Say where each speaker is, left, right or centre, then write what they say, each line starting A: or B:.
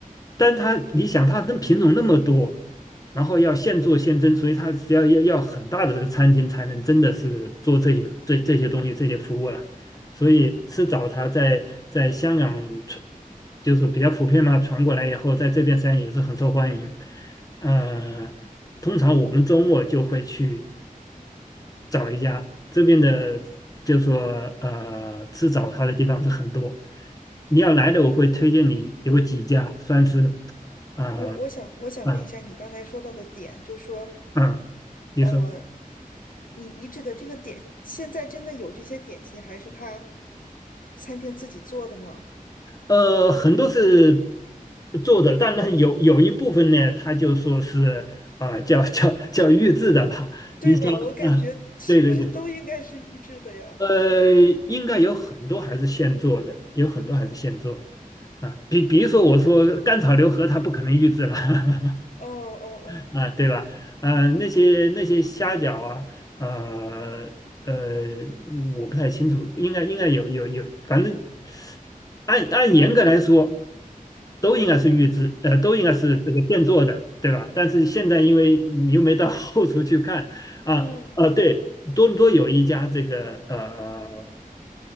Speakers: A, on the left; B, on the left.
A: 但它你想它跟品种那么多，然后要现做现蒸，所以它只要要要很大的这个餐厅才能真的是做这些这这些东西这些服务了，所以吃早茶在在香港传就是比较普遍嘛，传过来以后，在这边实际上也是很受欢迎，呃。通常我们周末就会去找一家这边的，就说呃吃早茶的地方是很多。你要来的，我会推荐你有几家，算是呃
B: 我我想我想问一下，
A: 啊嗯
B: 你刚才说到的点，就说，
A: 嗯，你说
B: 呃，你你指的这个点，现在真的有这些点心，还是他餐厅自己做的吗？
A: 呃很多是做的，当然有有一部分呢，他就说是啊、叫叫叫预制的吧。
B: 对吧？
A: 你像啊，
B: 我感觉是不是都应该是预制的呀？
A: 对对对，呃，应该有很多还是现做的，有很多还是现做的。啊，比比如说，我说甘草流河它不可能预制了，
B: 嗯
A: <laughs>
B: 哦哦哦，
A: 啊，对吧？呃，那些那些虾饺啊，呃呃，我不太清楚，应该应该有有有，反正按按严格来说，都应该是预制，呃，都应该是这个现做的，对吧？但是现在因为你又没到 <laughs> 后厨去看啊啊，
B: 嗯，
A: 对，多伦多有一家这个呃